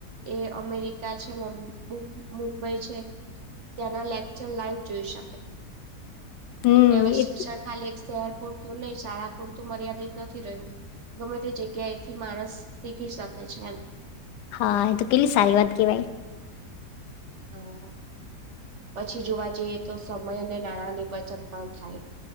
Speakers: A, on the right; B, on the left.
A: એ અમેરિકા છે. મુંબઈ છે ત્યાંના લેક્ચર લાઈવ જોઈ શકે.
B: હમ
A: એટલે હવે શિક્ષણ
B: એ
A: ખાલી એક શહેર પૂરતું નહી શાળા પૂરતું મર્યાદિત નથી રહ્યું ગમે તે જગ્યા એથી માણસ શીખી શકે છે એમ
B: હા એ તો કેટલી સારી વાત કેવાય
A: હા પછી જોવા જઈએ તો સમય અને નાણાંની બચત પણ થાય